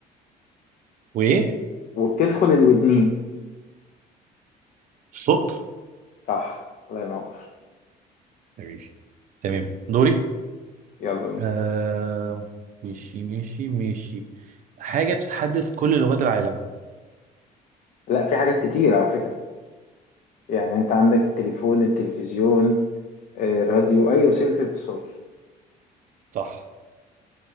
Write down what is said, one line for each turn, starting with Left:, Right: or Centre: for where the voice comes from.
Right: وإيه
Left: وبتدخل الودنين
Right: الصوت
Left: صح الله ينور
Right: حبيبي تمام دوري
Left: يلا بينا
Right: أم... ماشي ماشي ماشي حاجة بتحدث كل لغات العالم
Left: لا في حاجات كتير على فكرة يعني انت عندك التليفون التلفزيون آه، راديو اي وسيلة اتصال
Right: صح